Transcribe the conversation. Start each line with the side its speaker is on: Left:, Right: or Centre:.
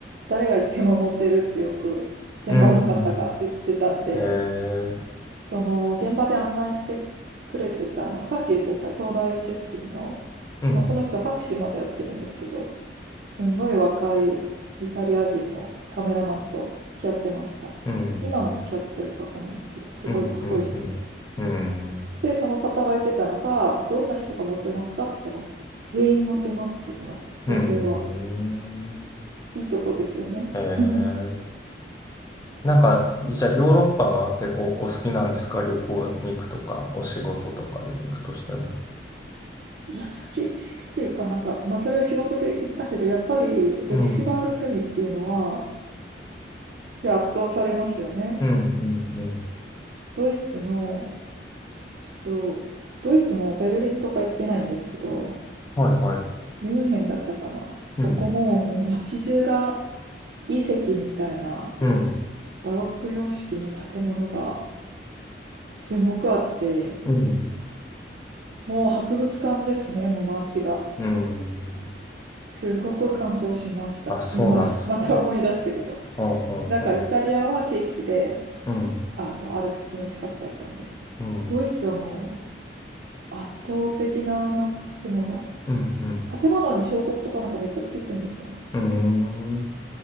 Right: 誰が行ってもモテるってよく現場の方が言ってたんで、
Left: ーん。へえ。
Right: その現場で案内してくれてたあの、さっき言ってた東大出身の、
Left: うん。
Right: もうその人博士までやってるんですけど、すんごい若いイタリア人のカメラマンと付き合ってました。
Left: うん。
Right: 今も付き合ってるかわかんないんですけど、すごいかっこいい人と。
Left: うん。うん。うん。うん。
Right: で、その方が言ってたのが、どんな人がモテますかって言ったら、全員モテますって言ってました、女性は。
Left: うん
Right: いいとこですよね。
Left: へえ。
Right: <laughs>
Left: なんか、じゃあヨーロッパが結構お好きなんですか旅行に行くとか、お仕事とかで行くとしても。
Right: いや、<laughs> 好き、好きっていうかなんか、まあ、それは仕事で言ったけど、やっぱり歴史がある国っていうのは、
Left: うん。
Right: いや圧倒されますよね。
Left: うん、うん、うん。
Right: ドイツの、ちょっと、ドイツもベルリンとか行ってないんですけど、
Left: はい、はい。
Right: ミュンヘンだったかな。そこも、
Left: うん、
Right: もう街中が遺跡みたいな
Left: うん、
Right: バロック様式の建物がすごくあって、
Left: うん、
Right: もう博物館ですね、もう街が。
Left: うん。
Right: すごく感動しました。
Left: あ、そうなんですか。
Right: 今、また思い出したけど。
Left: うん、うん、
Right: なんかイタリアは景色で、
Left: うん、
Right: あの、アルプスの近くだったんで、
Left: うん、
Right: ドイツはもう圧倒的なあの建物。
Left: うん、うん、
Right: 建物に彫刻とかなんかめっちゃついてんですよ。
Left: うん。うーん